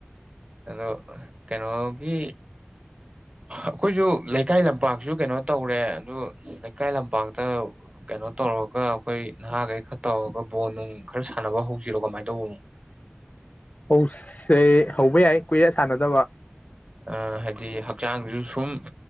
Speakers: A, on the right; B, on the left.
A: ꯑꯗꯣ ꯀꯩꯅꯣꯒꯤ ꯑꯩꯈꯣꯏꯁꯨ ꯂꯩꯀꯥꯏ ꯂꯝꯄꯥꯛꯁꯨ ꯀꯩꯅꯣ ꯇꯧꯔꯦ ꯑꯗꯨ ꯂꯩꯀꯥꯏ ꯂꯝꯄꯥꯛꯇ ꯀꯩꯅꯣ ꯇꯧꯔꯒ ꯑꯩꯈꯣꯏ ꯅꯍꯥꯈꯩ ꯈꯔ ꯇꯧꯔꯒ ꯕꯣꯟ ꯅꯨꯡ ꯈꯔ ꯁꯥꯟꯅꯕ ꯍꯧꯁꯤꯔꯣ ꯀꯃꯥꯏꯅ ꯇꯧꯕꯅꯣ
B: ꯍꯧꯁꯦ ꯍꯧꯕ ꯌꯥꯏ ꯀꯨꯏꯔꯦ ꯁꯥꯟꯅꯗꯕ
A: ꯑ ꯍꯥꯏꯗꯤ ꯍꯛꯆꯥꯡꯁꯨ ꯁꯨꯝ